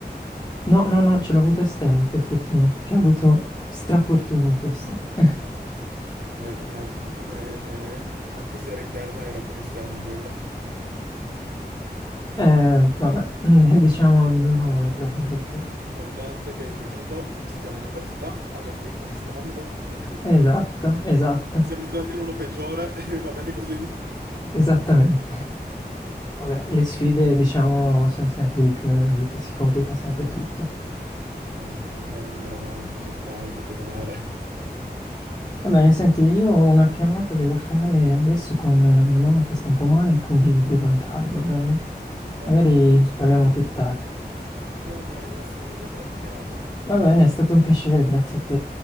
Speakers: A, on the left (about 25°); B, on the right (about 70°).
A: No, no, no, ce l'ho avuta esterna, per fortuna. Ci ho avuto strafortuna in questo. <laughs>
B: No, è come, è come eh, anche se era interna, era come esterna quella.
A: Eh, vabbè, <laughs> diciamo ognuno le proprie fortune.
B: Importante che hai finito, siamo in università, abbiamo finito questo mondo, <laughs>
A: Esatto, esatto,
B: siamo entrati in uno peggiore <laughs> e va bene così.
A: esattamente. Vabbè, le sfide, diciamo, sono sempre di più nella vita, si complica sempre tutto.
B: Mo' è importante andare avanti, testa alta e pedalare.
A: Va bene, senti, io ho una chiamata devo fare adesso con mia mamma che sta un po' male, quindi devo andare, va bene?
B: Va
A: Magari
B: bene, Chris.
A: parliamo più tardi.
B: Va bene, grazie mille per la chiacchierata.
A: Va bene, è stato un piacere, grazie a te.